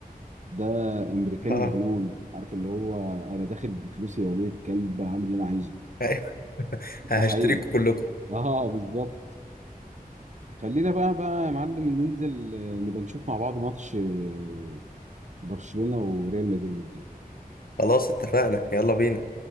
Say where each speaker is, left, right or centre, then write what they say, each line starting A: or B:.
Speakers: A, on the right; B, on the left.
A: ده امريكاني
B: اه
A: مجنون عارف اللي هو انا داخل بفلوسي يا ولاد الكلب هعمل اللي انا عايزه
B: أيوة <laughs>
A: ده حقيقي
B: هشتريكوا كلكم
A: اه بالظبط خلينا بقى بقى يا معلم ننزل آه، نبقى نشوف مع بعض ماتش آه، برشلونة وريال مدريد
B: خلاص اتفقنا يلا بينا